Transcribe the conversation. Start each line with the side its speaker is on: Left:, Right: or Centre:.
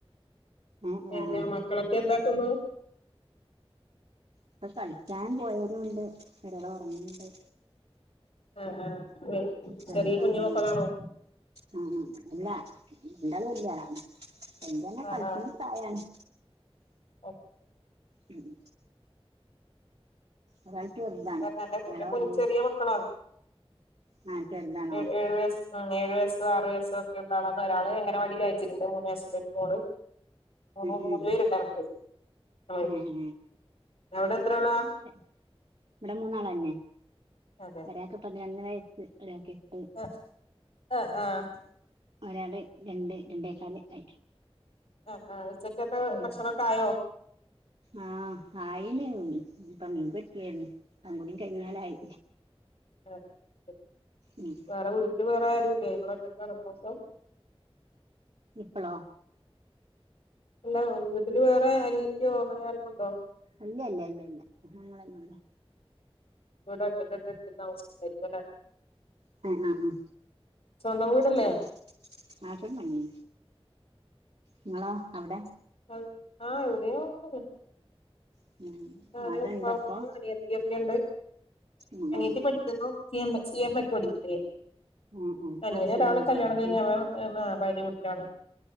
Right: ഏഹ്
Left: പിന്നെ
Right: ആഹ്
Left: മക്കളൊക്കെ എന്താക്കുന്നു
Right: ഇപ്പ കൾച്ചാൻ പോയതുംണ്ട് ഒരാള് ഒറങ്ങ്ണ്ട്
Left: ആഹ് ആഹ്
Right: ചെർതൊറങ്ങി
Left: ചെറിയ കുഞ്ഞു മക്കളാണോ
Right: ഉം ഉം അല്ല ഇന്റെ ആള് വെല്യ ആളാണ് കല്യാണം
Left: ആഹ്
Right: കഴിക്ക്ണ പ്രയാണ്
Left: ആഹ്
Right: ഉം ഉം ഒരാള് ചെറുതാണ്
Left: ഉം ഏ ന്റെ എന്റെ
Right: അയാള്
Left: ക്കു
Right: ഒറങ്ങാ
Left: ൽ ചെറിയമക്കളാണ്
Right: ആഹ് ചെറുതാണോ ഉം
Left: ഏഴ് ഏഴു വയസ്സ് ആഹ് ഏഴ് വയസ്സ് ആറ് വയസ്സ് ഒക്കെ ഒള്ള ആളാണ് ഒരാള് അങ്ങനവാടി അയച്ചിട്ടുണ്ട് മൂന്ന് വയസ്സിൽ ഒരു മോള് മൂന്നോ
Right: ഉം
Left: മൂന്ന് പേര്ണ്ട് എനക്ക് ഉം
Right: ഏഹ്
Left: അവിടെ എത്രളാ
Right: ഇവടെ മൂന്നാളെന്നെ
Left: അതെ
Right: ഒരാൾക്ക് പതിനൊന്ന് വയസ്സ് ഒരാൾക്ക് എ
Left: ആഹ് ആഹ് ആഹ്
Right: ഒരാള് രണ്ട് രണ്ടേക്കാല് ആയി
Left: ആഹ് ആഹ് ഉച്ചക്കത്തെ
Right: ഉം
Left: ഭക്ഷണം ഒക്കെ ആയോ
Right: ആഹ് ആയിണ് ഉം ഇപ്പ മീൻ പൊരിക്കേര്ന്ന് അതും കൂടി കഴിഞ്ഞാലായി
Left: അഹ് ശെരി
Right: ഉം
Left: വേറെ വീട്ടില് വേറെ ആരും ഇല്ലേ ങ്ങള് ഒറ്റക്കാണോ താമസം
Right: ഇപ്പളോ
Left: അല്ല വീട്ടില് വേറെ അനിയത്തിയോ അങ്ങനെ ആരെങ്കുണ്ടോ
Right: അല്ല അല്ല അല്ല പിന്നെ ഞങ്ങളെന്നെ ഒള്ളു
Left: വീട് ഒറ്റക്കൊക്കെ ഇട്ത്ത്ട്ട് താമസിക്കുന്നായിരിക്കും അല്ലെ
Right: <unintelligible> ണ്
Left: സ്വന്തം വീടല്ലേ
Right: പിന്നെ നാട്ട് <unintelligible> ന്നെ ഇങ്ങളോ അവ്ടെ
Left: അഹ് ആഹ് ഇവിടെയും അത് ഒക്കെ തന്നെ
Right: ഉം
Left: ഞാന്
Right: മഴ
Left: ഉപ്പ
Right: ഇണ്ടപ്പോ
Left: ഉമ്മ അനിയത്തി ഒക്കെ ഇണ്ട്
Right: ഉം
Left: അനിയത്തി
Right: ഉം
Left: പഠിക്കുന്നു C M C M A പഠിക്കാണ് അനിയത്തി
Right: ഉം ഉം
Left: അനിയൻ
Right: ആഹ് സി
Left: ഒരാള്
Right: എം എക്കാ
Left: കല്യാണം
Right: പഠിക്കണെ
Left: കഴിഞ്ഞ് അവൻ <unintelligible> ഭാര്യ വീട്ട്ലാണ്